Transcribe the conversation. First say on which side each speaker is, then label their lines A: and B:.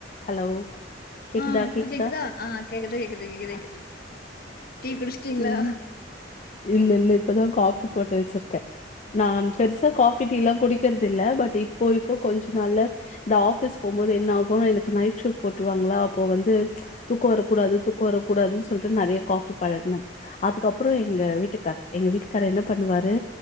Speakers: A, on the left (about 40°); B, on the left (about 55°).
A: Hello கேக்குதா
B: ஆ இப்ப
A: கேக்குதா
B: ஆ கேக்குது கேக்குது கேக்குது கேக்குது
A: அ
B: டீ குடிச்சிட்டீங்களா
A: உம் இல்ல இல்ல இப்பதா காபி போட்டு வெச்சிருக்கே நான் பெருசா காபி டீல்லா குடிக் கர்தில்ல பட் இப்பொ இப்பொ கொஞ்சொ நாள்ல த ஆஃபிஸ் போகும்போது என்ன ஆ போன எனக் க நைட் ஷிஃப்ட் போட்ருவாங்களா அப்போ வந்து தூக்கம் வர கூடாது தூக்கம் வர கூடாதுன் சொல்ட்டு நெறய காபி பழகுன அதுக்கப்புறோ இங்க வீட்டுக்காரு எங்க வீட்டுக்காரு என்ன பண்ணுவாரு